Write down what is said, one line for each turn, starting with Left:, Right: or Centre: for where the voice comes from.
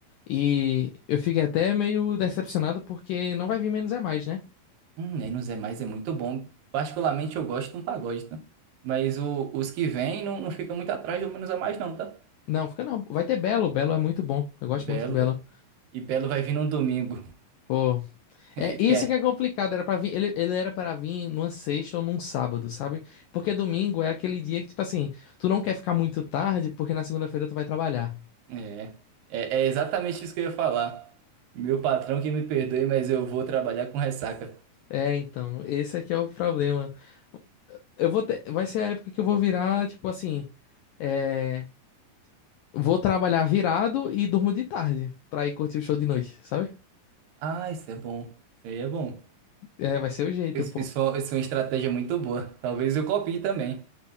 Left: E eu fiquei até meio decepcionado porque não vai vir Menos é Mais, né?
Right: Hum, nem nos é mais, é muito bom. Particularmente eu gosto de um pagode, tá? Mas o- os que vêm não, não fica muito atrás do menos é mais, não, tá?
Left: Não, fica não. Vai ter Belo. Belo é muito bom. Eu gosto
Right: Belo.
Left: muito de Belo.
Right: E Belo vai vir num domingo.
Left: Pô.
Right: <laughs>
Left: É, isso
Right: Quer?
Left: é que é complicado, era para vir, ele, ele era para vir numa sexta ou num sábado, sabe? Porque domingo é aquele dia que, tipo assim, tu não quer ficar muito tarde, porque na segunda-feira tu vai trabalhar.
Right: É. É, é exatamente isso que eu ia falar. Meu patrão que me perdoe, mas eu vou trabalhar com ressaca.
Left: É, então, esse aqui é o problema. Eu vou ter, vai ser a época que eu vou virar, tipo assim, é, vou trabalhar virado e durmo de tarde pra ir curtir o show de noite, sabe?
Right: Ah, isso é bom. Isso aí é bom.
Left: É, vai ser o jeito,
Right: Isso,
Left: pô.
Right: isso é isso é uma estratégia muito boa. Talvez eu copie também.